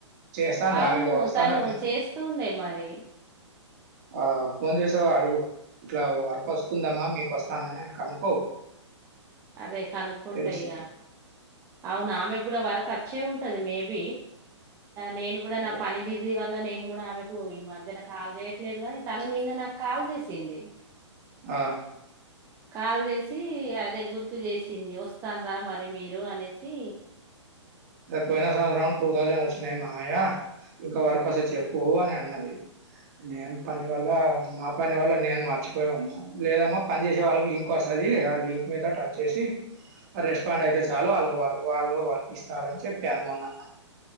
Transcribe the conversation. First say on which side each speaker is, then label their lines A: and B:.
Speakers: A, on the right (about 35°); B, on the right (about 15°).
A: చేస్తాందా?
B: అవును,
A: ఆమెకి వస్తాందటనా?
B: తను చేస్తూ ఉండే మరి.
A: ఆ ఫోన్ చేసావ అడుగు. ఇట్లా వర్క్ వస్తుందమ్మా, మీకు వస్తాందా అని కనుక్కో.
B: అదే కనుక్కుంటా
A: తెలుస్తది
B: ఇగ. అవును ఆమె కూడా వరకు వచ్చే ఉంటా అది మేబ నేను కూడా నా
A: అదే
B: పని బిజీ వల్ల నేను కూడా ఆమెకు ఈ మధ్యన కాల్ చేయట్లేదు కాగాని తను నిన్న నాకు కాల్ చేసింది
A: ఆ
B: కాల్ చేసి అదే గుర్తు చేసింది వస్తాను రాా మరి మీరు అనే సి
A: పోయిన సంవత్సరం టూ తౌసండ్ ఒచ్చినయ్ నాక్ మావయ్య, ఇంక వర్క్ ఒస్తే చెప్పూ అని అన్నది. నేన్ పని వల్లా నాప్ పని వల్ల నేను మర్చిపోయి ఉన్నా లేదమ్మా పనిచేసే వాళ్ళ లిక్ వస్తుంది ఆ లింక్ మీద టచ్ చేసి రెస్ట్ ఫండ్ అయితే చాలు వాళ్ళకుారు వాళ్ళు వర్క్ ఇస్త కర్న్ చెప్పాను మొన్న మ